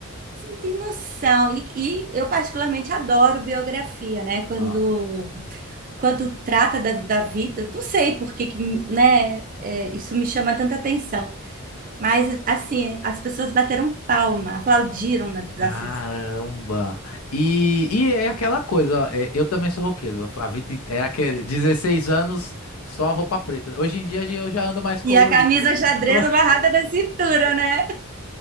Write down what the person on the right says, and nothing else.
Você não tem noção. E, e eu particularmente adoro biografia, né? Quando
quando trata da, da vida, não sei por que, que, né, é, isso me chama tanta atenção. Mas, assim, as pessoas bateram palma, aplaudiram na da
sessão.
E a camisa
xadrez amarrada na cintura, né?